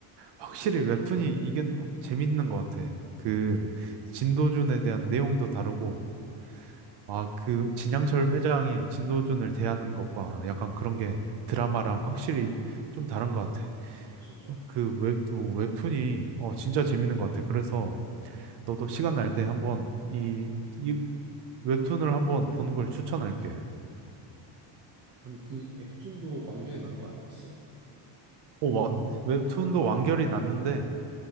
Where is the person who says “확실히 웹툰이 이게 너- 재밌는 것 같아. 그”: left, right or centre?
Right